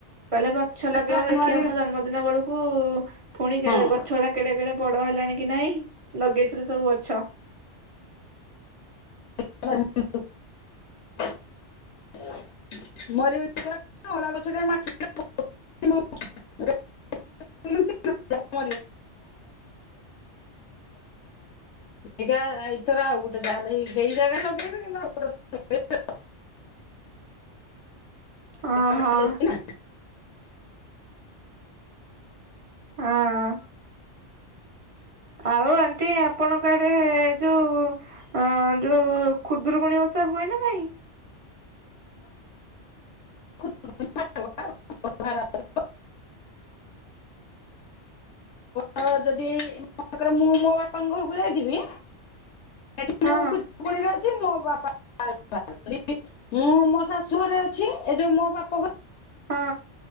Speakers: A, on the right; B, on the left.
A: କହିଲେ ଗଛ ଲଗେଇବ
B: ଜାନୁଆରୀ
A: ଦେଖିବା ମୋ ଜନ୍ମ ଦିନ ବେଳକୁ ପୁଣି
B: ହଁ
A: ଗଛ ଗୋଡ଼ା କେଡେ କେଡେ ବଡ ହେଲାଣି କି ନାଇଁ। ଲଗେଇଥିଲି ସବୁ ଗଛ।
B: <unintelligible> ମରି କଛ <unintelligible> ଖ <unintelligible> <unintelligible> ଇଇଗା ଏଇଥର ଆଉ ଯାହା ତହିଁ ସେଇ ଜାଗା ଲଗେଇବେି କିନ୍ତୁ ଅ <unintelligible>
A: ହଁ
B: ଗୋଟେ
A: ହଁ।
B: ଯାଇଛି ନା
A: ହଁଁ ହଁ। ଆଉ ଆଣ୍ଟି ଆପଣଙ୍କ ଆଡେ ଯୋଉ ଅ ଯୋଉ ଖୁଦୁରୁକୁଣି ଓଷା ହୁଏ ନା ନାଇଁ?
B: <unintelligible> ହଁ ଯଦି ମନେକର ମୁଁ ମୋ ବାପାଙ୍କ ଘରକୁ ଯାଇଥିବି, ସେଠି
A: ହଁ
B: ମୁଁ ମୋ ବାପା <unintelligible> ମୁଁ ମୋ ଶାଶୁ ଘରେ ଅଛି। ଏ ଯୋଉ ମୋ ବାପ ଘରେ
A: ହଁ।